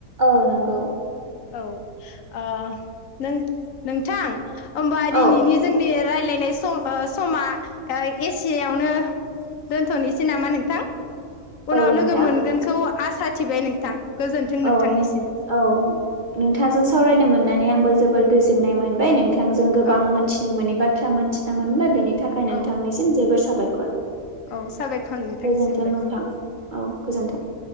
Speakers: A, on the right; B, on the left.
A: औ नंगौ
B: औ ओ नों नोंथां होमबा
A: औ
B: दिनैनि जोंनि <unintelligible> समा एसिययावनो दोनथनिसै नामा नोंथां उनाव
A: औ नोंथां
B: लोगो मोनगोनखौ आसा थिबाय नोंथां गोजोन्थों
A: औ
B: नोंथांनिसिम
A: नों औ नोंथांजों सावरायनो मोननानै आंबो जोबोर गोजोननाय मोनबाय नोंथांजों गोबां
B: औ
A: मोनथिनो
B: औ
A: मोनि बाथ्रा मोनथिना मोनबाय बेनि थाखाय नोंथांनिसिम
B: औ
A: जोबोर साबायखर
B: औ साबायखर नोंथांसिमबो
A: गोजोनथों नोंथां औ गोजोनथों <inaudible>